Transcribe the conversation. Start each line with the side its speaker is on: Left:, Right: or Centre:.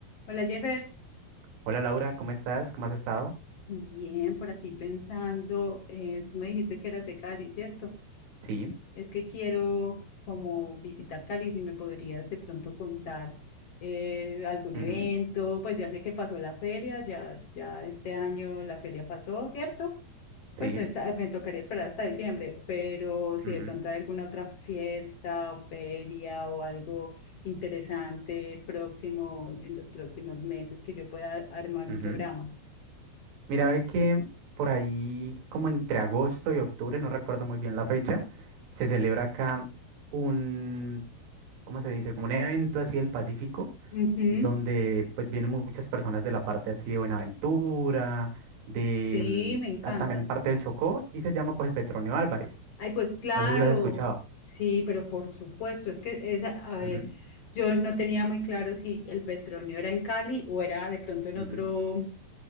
Left: Hola Jeffer,
Right: Hola Laura, ¿cómo estás? ¿Cómo has estado?
Left: bien, por aquí pensando, eh, tú me dijiste que eras de Cali, ¿cierto?
Right: Sí,
Left: Es que quiero como visitar Cali, si me podrías de pronto contar eh, algún
Right: ujú,
Left: evento, pues ya sé que pasó la feria, ya, ya este año la feria pasó, ¿cierto?
Right: sí,
Left: Pues esa- me tocaría esperar hasta diciembre, pero si
Right: ujú,
Left: de pronto hay alguna otra fiesta o feria o algo interesante próximo, en los próximos meses que yo pueda armar
Right: ujú.
Left: un programa.
Right: Mira, ve que por ahí, como entre agosto y octubre, no recuerdo muy bien la fecha, se celebra acá un, ¿cómo se dice? Como un evento así del Pacífico,
Left: Ujú.
Right: donde pues vienen muchas personas de la parte así de Buenaventura, de
Left: Sí,
Right: mm,
Left: me encanta.
Right: ah, también parte del Chocó, y se llama pues el Petronio Álvarez.
Left: Ay, pues claro,
Right: No sé si lo has escuchado.
Left: sí, pero por supuesto, es que esa, a
Right: Ujú,
Left: ver, yo no tenía muy claro si el petróleo era en Cali o era de pronto en
Right: ujú,
Left: otro,